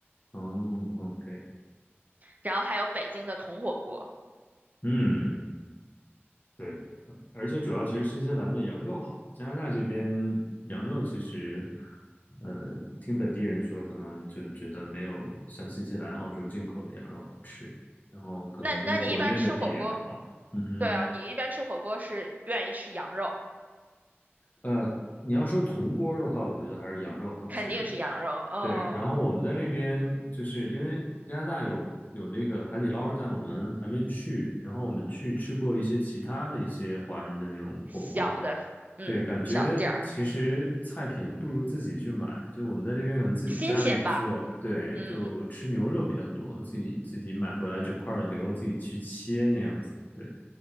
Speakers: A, on the left; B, on the right.
A: 哦，OK，
B: 然后还有北京的铜火锅。
A: 嗯。对，而且主要其实新西兰的羊肉好，加拿大这边羊肉其实，呃，听本地人说，可能就觉得没有像新西兰、澳洲进口的羊肉好吃，然后可能跟国内的比也不好。
B: 那那你一般吃火锅？
A: 嗯哼，
B: 对啊，你一般吃火锅是愿意吃羊肉，
A: 呃，你要说铜锅儿的话，我觉得还是羊肉好吃，
B: 肯定是羊肉。哦，
A: 对，然后我们在这边就是因为加拿大有有那个海底捞，但我们还没去。然后我们去吃过一些其他的一些华人的那种火锅，
B: 小的，嗯，
A: 对，感觉其实菜品不如自己去买，
B: 小店儿，嗯，
A: 就我们在这边可能自己家里做，
B: 新鲜吧，
A: 对，
B: 嗯。
A: 就吃牛肉比较多，自己自己买回来整块儿的牛肉自己去切那样子，对，